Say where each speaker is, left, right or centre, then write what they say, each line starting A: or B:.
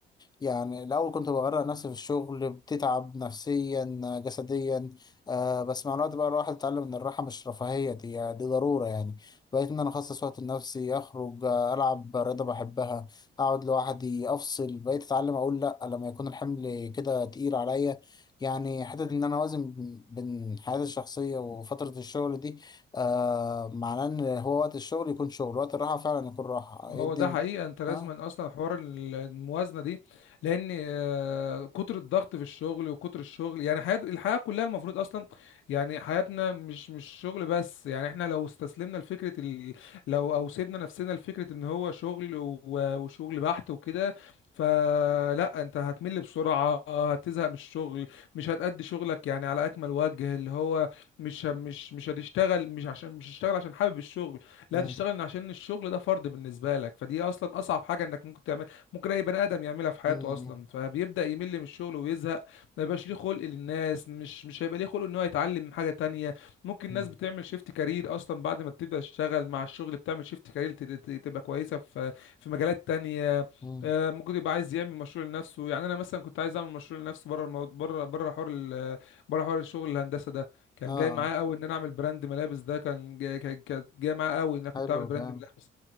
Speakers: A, on the left; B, on the left.
A: يعني الأول كنت بغرق نفسي في الشغل بتتعب نفسيا آه، جسديا آه بس مع الوقت بقى الواحد اتعلم إن الراحة مش رفاهية دي, دي ضرورة يعني بقيت إن أنا أخصص وقت لنفسي أخرج آه، ألعب رياضة بحبها اقعد لوحدي افصل بقيت اتعلم اقول لا لما يكون الحمل كده تقيل عليا يعني حتى ان انا اوازن بين حياتي الشخصيه وفتره الشغل دي آه معناه ان هو وقت الشغل يكون شغل وقت الراحه فعلا يكون راحه ايه
B: هو
A: الدنيا
B: ده حقيقة انت لازم
A: اه
B: اصلا حوار ال- الموازنة دي لان آه، كتر الضغط في الشغل وكتر الشغل يعني حياة الحياة كلها المفروض اصلا يعني حياتنا مش مش شغل بس يعني احنا لو استسلمنا لفكرة ال... لو او سيبنا نفسنا لفكرة ان هو شغل و... وشغل بحت وكده فلا انت هتمل بسرعة هتزهق من الشغل مش هتأدي شغلك يعني على اكمل وجه اللي هو مش مش مش هتشتغل مش عشان مش هتشتغل عشان حابب الشغل لا
A: مم.
B: تشتغل عشان الشغل ده فرض بالنسبه لك فدي اصلا اصعب حاجه انك ممكن تعمل ممكن اي بني ادم يعملها في حياته
A: مم.
B: اصلا فبيبدا يمل من الشغل ويزهق ما يبقاش ليه خلق للناس مش مش هيبقى ليه خلق ان هو يتعلم حاجه تانية ممكن
A: مم.
B: الناس بتعمل شيفت كارير اصلا بعد ما بتبدا تشتغل مع الشغل بتعمل شيفت كارير تبقى كويسه في في مجالات تانية
A: مم.
B: آه، ممكن يبقى عايز يعمل مشروع لنفسه يعني انا مثلا كنت عايز اعمل مشروع لنفسي بره المو... بره بره حوار ال... بره حوار الشغل الهندسه ده كان
A: اه
B: جاي معايا قوي ان انا اعمل براند ملابس ده كان جاي كان- كانت جايه معايا قوي ان انا كنت
A: حلو
B: اعمل براند
A: جامد
B: ملابس